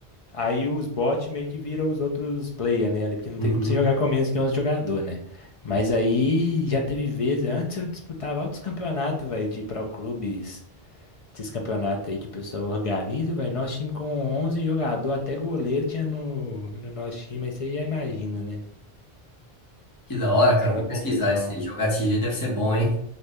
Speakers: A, on the left; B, on the left.
A: aí os bots meio que viram os outros player, né? ali Porque não
B: Uhum.
A: tem como você jogar com menos que 11 jogador, né? Mas aí já teve vezes, antes eu disputava altos campeonatos, velho, de pro clubes esses campeonatos aí que o pessoal organiza, velho. Nosso time com 11 jogador, até goleiro tinha no, no nosso time, aí você já imagina, né?
B: Que da hora,
A: Aquela
B: cara. Vou
A: confusão.
B: pesquisar isso aí. Jogar desse jeito deve ser bom, hein?